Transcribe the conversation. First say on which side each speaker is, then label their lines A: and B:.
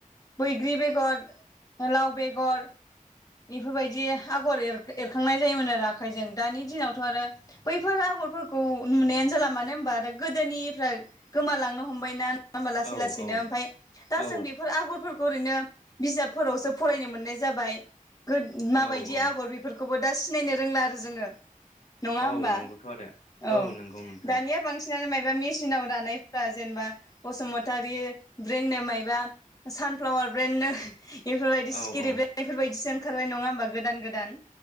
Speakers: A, on the left; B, on the left.
A: बैग्रि बेगर लाव बेगर बेफोरबायदि आगर एरखांनाय जायोमोन आरो आखाइजों दानि दिनावथ' आरो बैफोर आगरफोरखौ नुनायानो जाला मानो होनबा आरो गोदोनिफ्राय गोमालांनो हमबाय ना नङा होमबा लासै
B: औ
A: लासैनो
B: औ
A: ओमफ्राय दा
B: औ
A: जों बेफोर आगरफोर खौ ओरैनो बिजाबफोरावसो फरायनो मोननाय जाबाय माबायदि
B: औ औ
A: आगर बेफोर खौबो दा सिनायनो रोंला आरो जोङो नङा
B: औ
A: होमबा
B: नंगौथ' आरो
A: औ
B: नंगौ नोंथां
A: दानिया बांसिनानो मायबा मि सिनाव दानायफोरा जेनेबा बसुमतारी ब्रेन्डनो मायबा सानफ्लावार ब्रेन्डनो बेफोरबायदि
B: औ
A: सिकिरि
B: औ
A: ब्रेण्ड बेफोरबाय <unintelligible> ओंखारबाय नङा होमबा गोदान गोदान